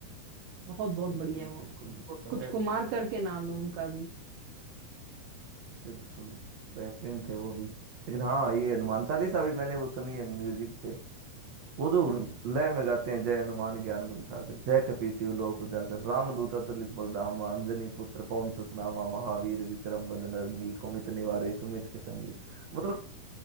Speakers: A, on the right; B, on the right.
A: बहुत बहुत
B: बिल्कुल
A: बढ़िया है वो
B: बिल्कुल वो तो
A: कुछ
B: है
A: कुमार करके नाम है उनका भी
B: बिल्कुल बेहतरीन थे वो भी लेकिन हाँ ये हनुमान चालीसा भी मैंने वो सुनी है म्यूजिक पे वो जो लय में गाते हैं जय हनुमान ज्ञान गुण सागर जय कपीति लोक उजागर रामदूत अतुलित बलधामा अंजनी पुत्र पवन सुत नामा महावीर विक्रम बजरंगी कुमित निवारे सुमित के संगी मतलब